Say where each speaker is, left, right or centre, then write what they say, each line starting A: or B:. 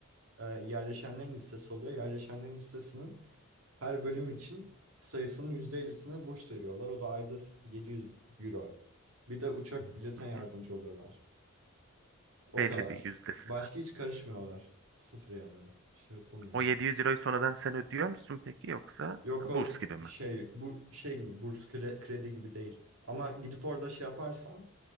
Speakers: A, on the right (about 80°); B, on the right (about 55°).
A: e, yerleşenlerin listesi oluyor. Yerleşenlerin listesinin Her bölüm için sayısının %50'sine burs veriyorlar. O da ayda 700 euro. Bir de uçak biletten
B: Hı
A: yardımcı
B: hı.
A: oluyorlar. O
B: Belli
A: kadar.
B: bir yüzdesine.
A: Başka
B: var.
A: hiç karışmıyorlar. Sıfır yani. Şey yapılmıyor.
B: O 700 euroyu sonradan sen ödüyor musun peki yoksa
A: Yok
B: burs
A: o
B: gibi mi?
A: şey bu şey gibi burs kre- kredi gibi değil. Ama gidip orada şey yaparsan